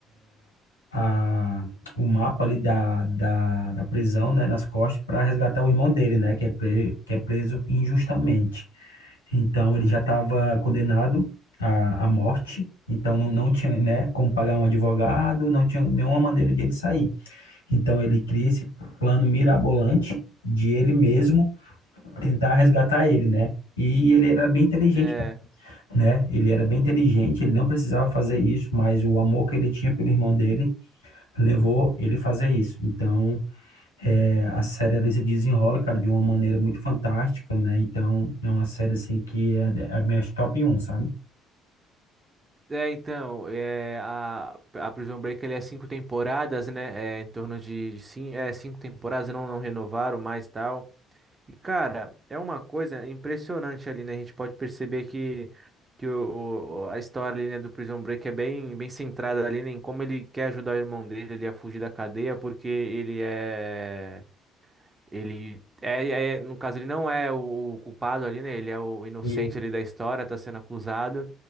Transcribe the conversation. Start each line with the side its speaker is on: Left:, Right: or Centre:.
Left: a, o mapa ali da, da, da prisão, né? Nas costas para resgatar o irmão dele, né? Que é, pre, que é preso injustamente. Então, ele já estava condenado à, à morte. Então, não, não tinha, né? Como pagar um advogado, não tinha nenhuma maneira de ele sair. Então, ele cria esse plano mirabolante de ele mesmo tentar resgatar ele, né? E ele era bem inteligente,
Right: É,
Left: né? Ele era bem inteligente, ele não precisava fazer isso, mas o amor que ele tinha pelo irmão dele levou ele a fazer isso. Então, é, a série ali se desenrola, cara, de uma maneira muito fantástica, né? Então, é uma série, assim, que é a é a minha top um, sabe?
Right: é então, é, a, a Prison Break ele é cinco temporadas, né? É, em torno de, de cinco, é, cinco temporadas, não, não renovaram mais tal. E, cara, é uma coisa impressionante ali, né? A gente pode perceber que, que o, o- a história ali, né, do Prison Break é bem, bem centrada ali, né, em como ele quer ajudar o irmão dele ali a fugir da cadeia, porque ele é. Ele é, é- no caso, ele não é o, o culpado ali, né? Ele é o inocente
Left: E-
Right: ali da história, tá sendo acusado.